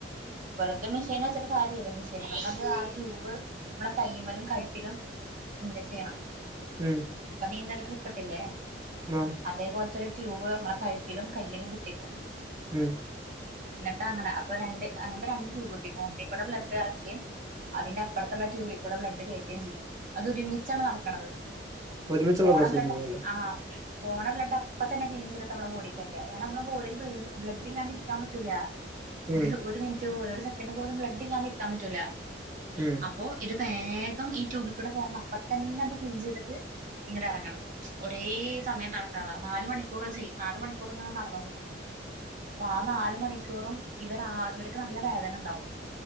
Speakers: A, on the right; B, on the right.
A: വെറുത മെഷീന വെച്ചിട്ട നമ്മ ആ ട്യൂബ് നമ്മെ കയ്യുമമ്മലും കഴുത്തിലിലും ഇഞ്ജെക്ട് ചെയ്യണം
B: ഉം
A: നീ ഇന്നലെ ട്രിപ്പ് ഇട്ടില്ല
B: ആഹ്
A: അതേ പോലത്തെ ഒരു ട്യൂബ് നമ്മെ കഴുത്തിലും കയിലും കുത്തിക്കും
B: ഉം
A: എന്നിട്ട് അങ്ങനെ അപ്പൊ രണ്ട് അങ്ങനത്തെ രണ്ട് ട്യൂബ് കുത്തിക്കും ഒന്നി കൂടെ ബ്ലഡ് ഇറക്കിയും അതിന്റെ അപ്പുറത്തുള്ള ട്യൂബിൽ കൂടെ ബ്ലഡ് കയറ്റുകയും ചെയ്യും അത് ഒരുമിച്ചാണ് നടക്കണത്
B: ഒരുമിച്ചുള്ള
A: പോണ
B: പ്രോസസ്സിംഗ്
A: ബ്ലഡ്‌
B: അല്ലേ
A: ആഹ് പോണ ബ്ലഡ് അപ്പ തന്നെ ക്ലീൻ ചയ്തു നമ്മൾടെ ബോഡിക്കൊക്കെ നമ്മൾടെ ബോഡില് ബ്ലഡ്‌ ഇല്ലാതെ ഇരിക്കാൻ പറ്റൂല്ല
B: ഉം
A: ഒരു ഒരു മിനിറ്റ് പോലും ഒരു സെക്കൻഡ് പോലും ബ്ലഡ് ഇല്ലാതെ ഇരിക്കാൻ പറ്റൂല
B: ഉം
A: അപ്പൊ ഇത് വേഗം ഈ ട്യൂബിൽ കൂടെ കേറണം അപ്പത്തന്നെ അത് ക്ലീൻ ചെയ്തിട്ട് ഇങ്ങട്ട് ഇറങ്ങണം ഒരേ സമയം നടക്കാതാ നാല് മണിക്കൂറ് ചെയ്യ നാല് മണിക്കൂറി നിന്ന് നടന്നാ മതി അപ്പൊ ആഹ് നാല് മണിക്കൂറും ഇവർ ഇവർക്ക് നല്ല വേദന ഉണ്ടാവും